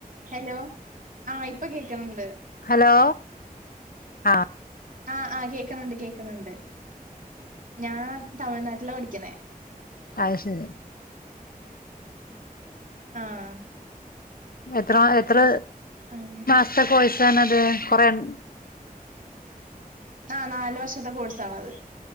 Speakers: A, on the right (about 65°); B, on the left (about 75°).
A: ഹലോ ആഹ് ഇപ്പൊ കേക്കണണ്ട്
B: ഹലോ ആഹ്
A: ആഹ് ആഹ് കേക്കണണ്ട് കേക്കണണ്ട് ഞാൻ തമിഴ്നാട്ടിലാ പഠിക്കണെ
B: അത് ശരി
A: ആഹ്
B: എത്ര മാ എത്ര
A: അങ്ങനെ
B: സത്തെ കോഴ്‌സാണത് കൊറെണ്ട്
A: ആഹ് നാല് വർഷത്തെ കോഴ്സാണത്